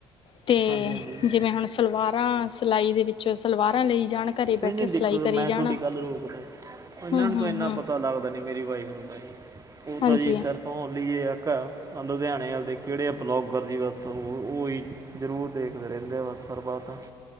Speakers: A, on the left (about 45°); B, on the right (about 30°).
A: ਤੇ
B: ਹਾਂਜੀ ਹਾਂਜੀ
A: ਜਿਵੇਂ ਹੁਣ ਸਲਵਾਰਾਂ ਸਿਲਾਈ ਦੇ ਵਿੱਚ ਕੁਛ ਸਲਵਾਰਾਂ ਲਈ ਜਾਣ ਘਰੇ
B: ਨਹੀਂ
A: ਬੈਠੇ
B: ਨਹੀਂ
A: ਸਿਲਾਈ
B: ਦੇਖੋ
A: ਕਰੀ
B: ਮੈਂ
A: ਜਾਣ
B: ਤੁਹਾਡੀ ਗੱਲ ਰੋਕਦਾ ਜੀ। ਉਹਨਾਂ
A: ਹੂੰ
B: ਨੂੰ
A: ਹੂੰ
B: ਤਾਂ ਇੰਨਾ
A: ਹੂੰ
B: ਪਤਾ ਲੱਗਦਾ ਨੀ ਮੇਰੀ ਵਾਈਫ ਨੂੰ ਤਾਂ ਜੀ ਉਹ
A: ਹਾਂਜੀ
B: ਤਾਂ ਜੀ ਸਰ ਮੋਹਾਲੀ ਇਹ ਆ ਲੁਧਿਆਣੇ ਵਾਲ ਦੇ ਕਿਹੜੇ ਬਲੋਗਰ ਜੀ ਬਸ ਉਹ ਉਹੀ ਜ਼ਰੂਰ ਦੇਖਦੇ ਰਹਿੰਦੇ ਆ ਬਸ ਹਰ ਬਾਤ